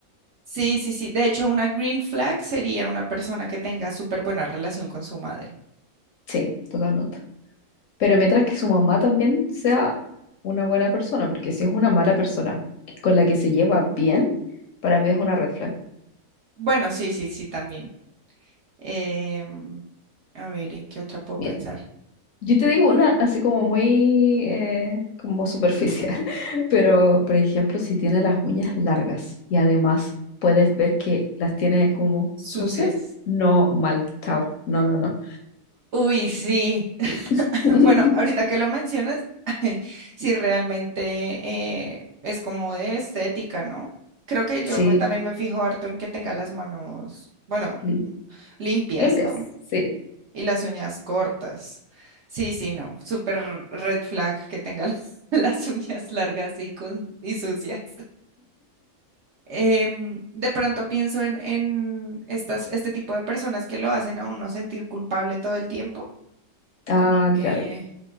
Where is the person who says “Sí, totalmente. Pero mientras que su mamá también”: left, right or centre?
Left